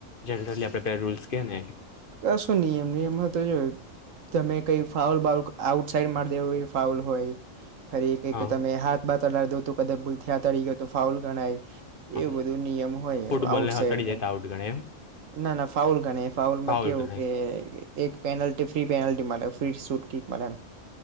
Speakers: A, on the left; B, on the right.
A: જનરલી આપણે બે રૂલ્સ કેને
B: કશું ન એમની એમાં તો જ. તમે કઈ ફાઉલ બાઉલ આઉટ સાઇડ મારી દેવ એ ફાઉલ હોય. ફરી એક
A: હા
B: કે તમે હાથ બાથ તલાવ દોતું કદા ભૂલ થયા તળડી ગયો તો ફાઉલ ગણાય.
A: હા
B: એવું બધું નિયમ હોય
A: ફૂટબોલને
B: આઉટસાઈડ
A: હથડી
B: હે
A: જાય તો આઉટ ગણે એમ
B: ના ના ફાઉલ ગણે ફાઉલમાં
A: ફાઉલ
B: કેવું
A: ગણે
B: કે એક penalty free, penalty free, shoot kick મલે.